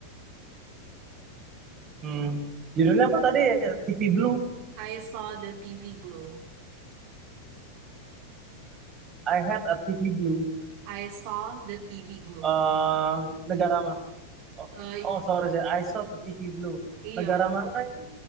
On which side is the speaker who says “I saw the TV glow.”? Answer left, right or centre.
Right